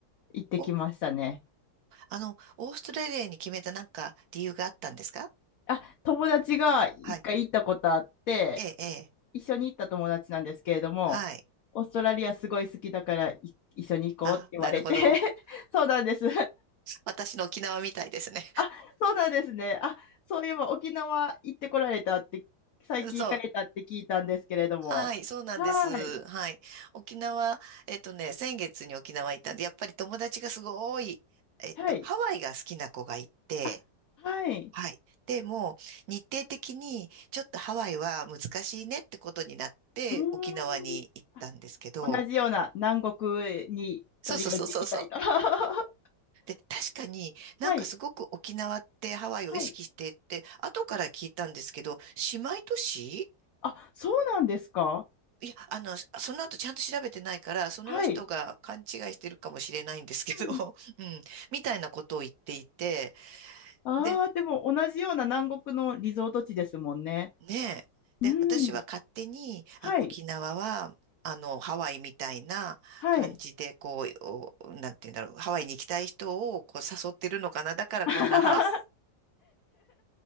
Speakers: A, on the left; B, on the right.
A: 行ってきましたね。
B: こ、あの、オーストラリアに決めたなんか理由があったんですか
A: あ、友達が一回行ったことあって、
B: はい。ええ、ええ、
A: 一緒に行った友達なんですけれども、
B: はい。
A: オーストラリアすごい好きだからい一緒に行こうって言われて、
B: あ、なるほど。
A: <laughs> そうなんです。
B: 私の沖縄みたいですね。
A: あ、<laughs> そうなんですね。あ、そういえば沖縄行ってこられたって、最近行かれたって聞いたんですけれども。
B: <laughs> そう。はい、そうなんです。
A: はい。
B: はい。沖縄、えっとね、先月に沖縄行ったんで、やっぱり友達がすごい、えっと、
A: はい。
B: ハワイが好きな子がいて、
A: あ、はい。
B: はい。でも、日程的に、ちょっとハワイは難しいねってことになって、
A: うーん。
B: 沖縄に行ったんですけど、
A: あ同じような南国にとりあえず行きたいと。
B: そうそうそうそうそう。
A: <laughs> は
B: で、確かになんかすごく沖縄ってハワイを意識してって、
A: い。はい。
B: 後から聞いたんですけど、姉妹都市
A: あ、そうなんですか
B: いや、あの、その後ちゃんと調べてないから、その人が勘違いしてるかもしれないんですけど、
A: はい。うん
B: <laughs> うん、みたいなことを言っていて、
A: ああでも同じような南国のリゾート地ですもんね。
B: で、ねえ、で、
A: うん。
B: 私は勝手に、
A: はい。
B: あ、沖縄は、あの、ハワイみたいな感じで、
A: はい。
B: こう、おなんて言うんだろう、ハワイに行きたい人をこう誘ってるのかな、だからこんなハ、
A: <laughs>
B: <laughs>